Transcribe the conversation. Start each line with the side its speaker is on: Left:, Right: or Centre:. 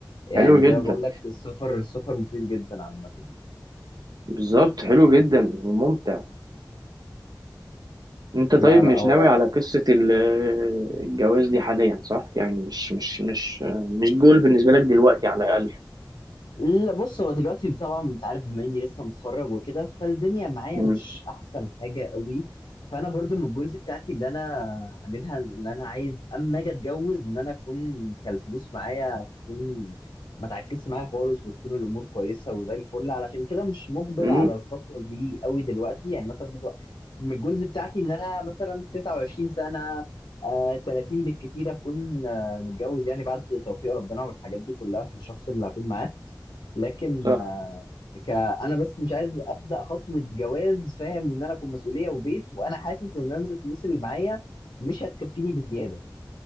Left: يعني
Right: حلو جدا
Left: زي ما بقول لك السفر السفر مفيد جدا عامة
Right: بالظبط حلو جدا وممتع انت طيب
Left: لا لا
Right: مش
Left: هو
Right: ناوي على قصة ال- الجواز دي حاليا صح يعني مش مش مش مش جول بالنسبة لك دلوقتي على الأقل
Left: لا بص هو دلوقتي طبعا انت عارف بما اني لسه متخرج وكده فالدنيا معايا
Right: امم
Left: مش احسن حاجه قوي فانا برضو من الجزء بتاعتي اللي انا عاملها ان انا عايز اما اجي اتجوز ان انا اكون كالفلوس معايا تكون ما تعكسش معايا خالص وتكون الامور كويسه وزي الفل علشان كده مش مقبل
Right: امم
Left: على الخطوه دي قوي دلوقتي يعني مثلا مج- من الجزء بتاعتي ان انا مثلا 29 سنه آه 30 بالكتير اكون آه متجوز يعني بعد توفيق ربنا والحاجات دي كلها في الشخص اللي هكون معاه لكن
Right: صح
Left: آه، ك انا بس مش عايز ابدا خطوه جواز فاهم وان انا اكون مسؤوليه وبيت وانا حاسس ان انا الفلوس اللي معايا مش هتكفيني بزياده